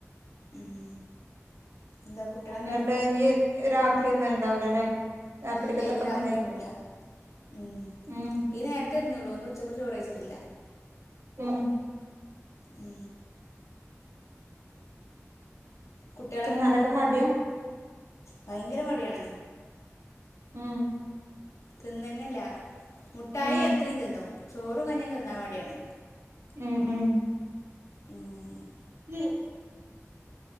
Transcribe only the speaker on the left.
ഉം എന്താ കുട്ടികൾ എന്താട്ട്ണ്
ഇല്ലേ ഇനി രാത്രി
തിന്നൂല ഉം
ഈ നേരത്തെ ഇരുന്നുള്ളൂ ഇന്ന് ഉച്ചക്കും ചോറയ്ച്ചിട്ടില്ല
ഉം കുട്ടികളൊക്കെ
എന്താ ചെയ്യ്ണ് ഭയങ്കര മടിയാണ്
തിന്നന്നല്ലാ മുട്ടായി
എത്രയും തിന്നും ചോറും കഞ്ഞി തിന്നാൻ മടിയാണ്
ഉം